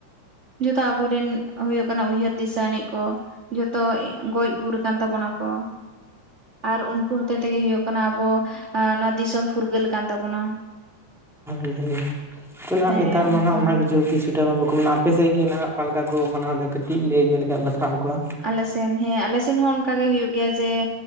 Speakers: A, on the right; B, in the centre.
A: ᱡᱚᱛᱚ ᱟᱵᱚᱨᱮᱱ ᱦᱩᱭᱩᱜ ᱠᱟᱱᱟ ᱩᱭᱦᱟᱹᱨ ᱫᱤᱥᱟᱹᱟᱹᱱᱤᱡ ᱠᱚ ᱡᱚᱛᱚ ᱜᱚᱡ ᱜᱩᱨ ᱠᱟᱱ ᱛᱟᱵᱚᱱᱟ ᱠᱚ ᱟᱨ ᱩᱱᱠᱩ ᱦᱚᱛᱮᱡ ᱛᱮᱜᱮ ᱦᱩᱭᱩᱜ ᱠᱟᱱᱟ ᱟᱵᱚ ᱱᱚᱣᱟ ᱫᱤᱥᱚᱢ ᱯᱷᱩᱨᱜᱟᱹᱞ ᱠᱟᱱ ᱛᱟᱵᱚᱱᱟ᱾
B: <unintelligible> ᱱᱟᱦᱟᱸᱜ
A: ᱦᱮᱸ
B: ᱱᱮᱛᱟᱨ ᱱᱟᱦᱟᱸᱜ
A: ᱚᱱᱠᱟ
B: ᱚᱱᱟᱜᱮ ᱥᱳᱵ ᱠᱤᱪᱷᱩ ᱾ ᱱᱚᱛᱮ ᱢᱟ ᱵᱟᱠᱚ ᱢᱟᱱᱟᱣᱟ᱾ ᱟᱯᱮᱥᱮᱫ ᱜᱮ ᱱᱟᱦᱟᱜ ᱚᱠᱟ ᱞᱮᱠᱟ ᱠᱚ ᱢᱟᱱᱟᱣ ᱮᱫᱟ? ᱠᱟᱹᱴᱤᱡ ᱞᱟᱹᱭ ᱧᱚᱜ ᱞᱮᱠᱷᱟᱡ ᱵᱟᱛᱷᱟᱣ ᱠᱚᱣᱟ
A: ᱟᱞᱮ ᱥᱮᱱ ᱦᱮᱸ ᱟᱞᱮ ᱥᱮᱱ ᱦᱚᱸ ᱚᱱᱠᱟᱜᱮ ᱦᱩᱭᱩᱜ ᱜᱮᱭᱟ ᱡᱮ